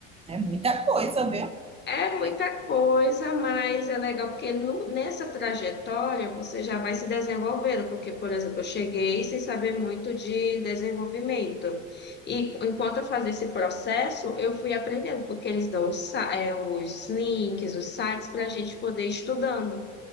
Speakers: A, on the right (about 15°); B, on the left (about 25°).
A: É muita coisa, viu?
B: É muita
A: Tem,
B: coisa, mas é legal porque no- nessa trajetória você já vai se desenvolvendo, porque, por exemplo, eu cheguei sem saber muito de desenvolvimento. E enquanto eu fazia esse processo, eu fui aprendendo, porque eles dão os, sa- é, os links, os sites para a gente poder ir estudando.